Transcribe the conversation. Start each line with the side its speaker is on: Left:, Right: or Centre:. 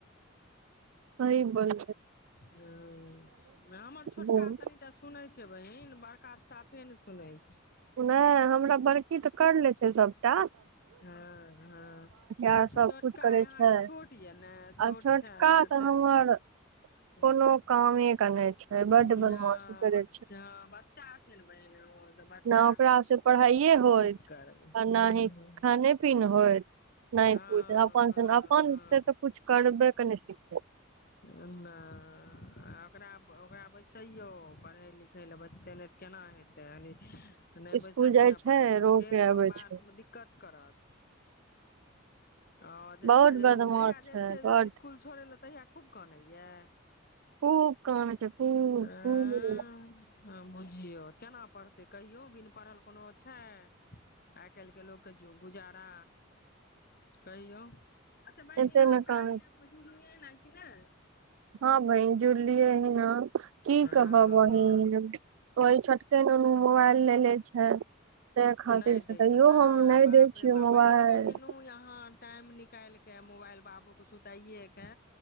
Right: अइ बल
Left: ह हमर छोटका
Right: घूम
Left: तनिटा सुनै छै बहिन बरकात साफे ने सुनै छै
Right: नहि हमरा बड़की तऽ करले छै सभटा
Left: हँ हँ
Right: आर सबकुछ
Left: छोटका
Right: करै
Left: यहाँके
Right: छै
Left: छोट यए ने छोट
Right: आ छोटका
Left: छै या
Right: तऽ
Left: तऽ
Right: हमर कोनो <inaudible>
Left: हँ
Right: बदमाशी करै
Left: ब हँ बच्चा छै ने बहिन ओ तऽ बच्चा
Right: ने ओकरासँ पढ़ाइए होइत
Left: की करबै
Right: आ
Left: हूँ
Right: न ही खाने पीन होइत न ही
Left: हँ हँ
Right: पूजा पाठ अपन अपन से
Left: हँ
Right: तऽ किछु करबेके नहि सिखै
Left: नहि आ ओक आब ओकरा बैसैयो पढै पढ़ै लिखै लए बैसते ने केना हेतै नहि बैसत
Right: स्कुल जाइ
Left: ने
Right: छै
Left: पढ़य लए
Right: रो
Left: फेर
Right: के
Left: बर
Right: अबै छै
Left: दिक्कत करत ह जहिय
Right: बहुत बदमाश
Left: जाइ
Right: छै
Left: छियै
Right: बड
Left: इसकुल छोड़ तऽ इया खूब कानइ य
Right: खूब कानय छै खूब
Left: एएह
Right: खूब
Left: बुझियौ केना पढ़तै कहियो बिन पढ़ल कोनो छै आइ काल्हि के लोकके गुजारा कहियौ अच्छा बहिनी
Right: एते
Left: अहाँ
Right: ने कानै
Left: कार्य एप मे जुड़लियै नै की ने
Right: हँ बहिन जुरलियै हैन की
Left: हँ
Right: कहब बहन ओहि छोटके नुनू मोबाइल लेले छै ताहि
Left: नहि
Right: खातिर
Left: दैया
Right: से तैयो
Left: ने
Right: हम नहि
Left: बाप
Right: दै
Left: रे
Right: छियै
Left: बाप
Right: मोबाइल
Left: बहिन कहिनो अहाँ टाइम निकालि के मोबाइल बाबू के सुताइेके